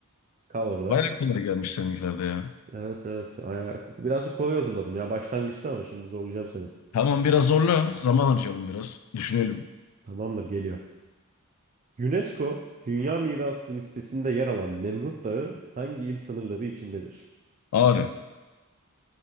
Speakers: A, on the right; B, on the left.
A: Kal orada.
B: bayağı Baya kolay gelmiş seninkilerde ya.
A: Evet evet. Aya- Birazcık kolay hazırladım ya başlangıçta ama şimdi zorlayacağım seni.
B: Tamam biraz zorla. Zaman harcayalım biraz. Düşünelim.
A: Tamamdır geliyor. UNESCO Dünya Mirası listesinde yer alan Nemrut Dağı hangi il sınırları içindedir?
B: Ağrı.